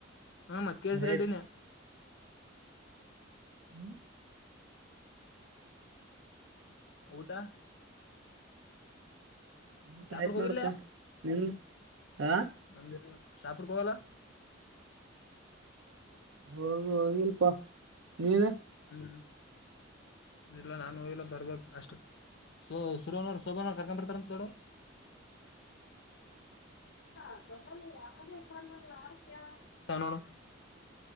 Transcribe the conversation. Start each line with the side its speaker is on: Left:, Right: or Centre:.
Left: ಹಮ್ಮ ಕೆ ಸಿ
Right: ರೈಟ್
Left: ರೆಡ್ಡಿನೇ
Right: ಹ್ಮ್
Left: ಊಟ
Right: ಊಟ
Left: ಶಾಪ್ರಗೆ
Right: ಆಯ್ತ್
Left: ಹೋಗಿರ್ಿಲ್ಲ
Right: ನೋಡಪ್ಪಾ ನಿಂದ ಹಾ
Left: ನಂದ ಶಾಪುರ್ಕ್ ಹೋಗಲ್ಲ
Right: ಹೋಗ ಹೋಗಿಲ್ಪಾ ನೀನ
Left: ಹ್ಮ ಇಲ್ಲ ನಾನು ಹೋಗಲ್ಲ ಬರ್ಬಬೇಕ ಅಷ್ಟ ಓ ಸುರನರು ಸೋಭಾನವರ್ ಕರ್ಕೊ ಬರ್ತಾರ ತಡ <unintelligible> ತಾ ನೊಡಮಿ